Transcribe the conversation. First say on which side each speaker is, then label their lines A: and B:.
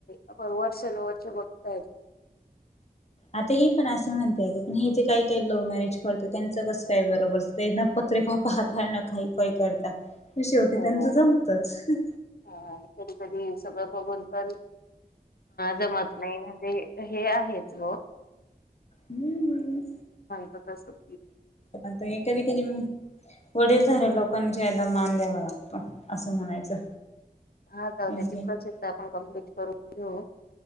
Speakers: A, on the left; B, on the left.
A: आपण वर्षानुवर्ष बघताय.
B: आता हे पण असं म्हणते ग पण हे जे काय काय लव्ह मॅरेज करतं त्यांचं कसं काय बरोबर त्यांना पत्रिका पाहतात ना काही काय करतात. म शेवटी
A: हो.
B: त्यांचं जमतच हाह
A: हा आणि कधी कधी सगळं बघून पण जमत नाही म्हणजे हे आहे. हेच हो
B: हम्म्म
A: तथास्तु
B: ता हे कधी कधी वडीलधारे लोकांच्या याला मान द्यावा लागतो. अस म्हणायचं.
A: हा जाउद्या
B: हो
A: ती प्रोसेस आपण कम्प्लीट करून घेऊ